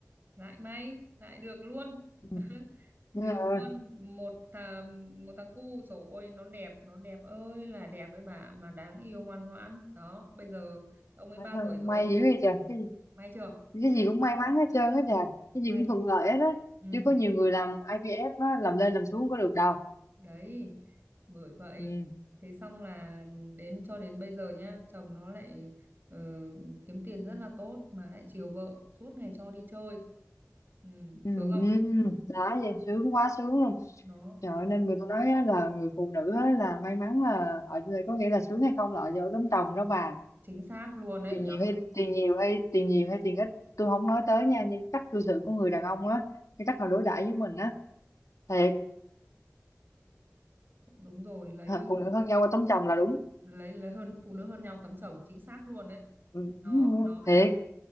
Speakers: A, on the right (about 40°); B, on the left (about 75°).
A: lại may lại được luôn
B: ừ.
A: <laughs> được
B: Đúng rồi.
A: luôn một thằng một thằng cu rồi ôi nó đẹp nó đẹp ơi là đẹp với bà mà đáng yêu ngoan ngoãn đó bây giờ ông ấy
B: Mà
A: ba
B: sao
A: tuổi rồi
B: may dữ vậy trời. Cái, gì-
A: may chưa <laughs>
B: cái gì cũng may mắn hết trơn á
A: Ừ.
B: trời. Cái
A: may
B: gì cũng thuận lợi hết á.
A: ừ
B: Chứ có nhiều
A: nhá
B: người làm IVF á, làm lên làm xuống có được đâu.
A: đấy bởi vậy
B: Ừ.
A: thế xong là đến cho đến bây giờ nhá chồng nó lại ờ, kiếm tiền rất là tốt mà lại chiều vợ suốt ngày cho đi chơi ừ
B: Ừ,
A: sướng không
B: ừ, đó vậy sướng quá sướng luôn
A: nó
B: trời ơi, nên người ta nói á, là người phụ nữ á, là may mắn là ở chỗ này có nghĩa là sướng hay không là ở chỗ tấm chồng đó bà
A: chính xác luôn đấy
B: tiền
A: nhở
B: nhiều hay tiền nhiều hay tiền nhiều hay tiền ít tôi không nói tới nha nhưng cái cách cư xử của người đàn ông á cái cách họ đối đãi với mình á thiệt
A: đúng rồi lấy
B: hả, phụ nữ hơn nhau qua tấm chồng là đúng
A: lấy lấy hơn phụ nữ hơn nhau tấm chồng chính xác luôn đấy
B: ừ,
A: nó
B: ừ,
A: nó bây
B: thiệt
A: giờ